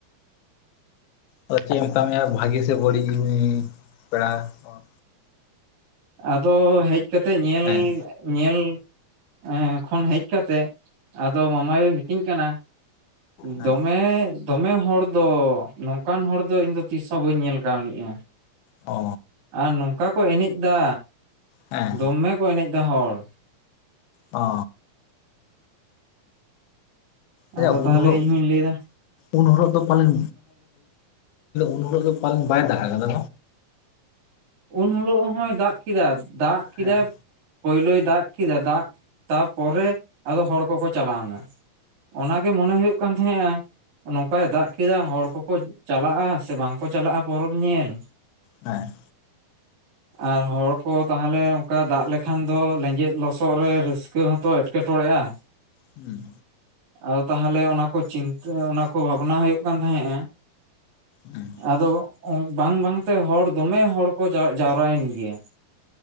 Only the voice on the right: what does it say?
ᱟᱫᱚ ᱦᱮᱡ ᱠᱟᱛᱮᱫ ᱧᱮᱞ
ᱧᱮᱞ ᱮᱸ ᱠᱷᱚᱱ ᱦᱮᱡ ᱠᱟᱛᱮᱫ ᱟᱫᱚ ᱢᱟᱢᱟᱭᱩ ᱢᱤᱛᱟᱹᱧ ᱠᱟᱱᱟ
ᱫᱚᱢᱮ ᱫᱚᱢᱮ ᱦᱚᱲ ᱫᱚ ᱱᱚᱝᱠᱟᱱ ᱦᱚᱲ ᱫᱚ ᱤᱧᱫᱚ ᱛᱤᱥᱦᱚᱸ ᱵᱟᱹᱧ ᱧᱮᱞ ᱠᱟᱹᱣᱱᱤᱤᱡᱼᱟ ᱟᱸᱜ
ᱟᱨ ᱱᱚᱝᱠᱟ ᱠᱚ ᱮᱱᱮᱡ ᱮᱫᱟ
ᱫᱚᱢᱮ ᱠᱚ ᱮᱱᱮᱡ ᱮᱫᱟ ᱦᱚᱲ
ᱟᱫᱚ
ᱛᱟᱦᱚᱞᱮ
ᱤᱧᱦᱚᱧ ᱞᱟᱹᱭᱮᱫᱟ
ᱩᱱ ᱦᱤᱞᱳᱜ ᱦᱚᱸᱭ ᱫᱟᱜ ᱠᱮᱫᱟ ᱫᱟᱜ ᱠᱮᱫᱟᱭ
ᱯᱳᱭᱞᱳᱭ ᱫᱟᱜ ᱠᱮᱫᱟ ᱫᱟᱜ ᱛᱟᱨᱯᱚᱨᱮ ᱟᱫᱚ ᱦᱚᱲ ᱠᱚᱠᱚ ᱪᱟᱞᱟᱣᱱᱟ, ᱚᱱᱟᱜᱮ ᱢᱚᱱᱮ ᱦᱩᱭᱩᱜ ᱠᱟᱱ ᱛᱟᱦᱮᱸᱫᱼᱟ ᱱᱚᱝᱠᱟᱭ ᱫᱟᱜ ᱠᱮᱫᱟ ᱦᱚᱲ ᱠᱚᱠᱚ ᱪᱟᱞᱟᱜᱼᱟ ᱥᱮ ᱵᱟᱝᱠᱚ ᱪᱟᱞᱟᱜᱼᱟ ᱯᱚᱨᱚᱵᱽ ᱧᱮᱞ
ᱟᱨ ᱦᱚᱲᱠᱚ ᱛᱟᱦᱚᱞᱮ ᱚᱱᱠᱟ ᱫᱟᱜ ᱞᱮᱠᱷᱟᱱ ᱫᱚ ᱞᱮᱸᱡᱮᱛ ᱞᱚᱥᱚᱫ ᱨᱮ ᱨᱟᱹᱥᱠᱟᱹ ᱦᱚᱸᱛᱚ ᱮᱴᱠᱮᱴᱚᱬᱮ ᱨᱮᱭᱟᱜ
ᱟᱫᱚ ᱛᱟᱦᱚᱞᱮ ᱚᱱᱟ ᱠᱚ ᱪᱤᱱᱛᱟᱹ ᱚᱱᱟ ᱠᱚ ᱵᱷᱟᱵᱽᱱᱟ ᱦᱩᱭᱩᱜ ᱠᱟᱱ ᱛᱟᱦᱮᱸᱫᱼᱟ
ᱟᱫᱚ ᱵᱟᱝ ᱵᱟᱝᱛᱮ ᱦᱚᱲ ᱫᱚᱢᱮ ᱦᱚᱲ ᱡᱟᱣᱨᱟᱭᱮᱱ ᱜᱮᱭᱟ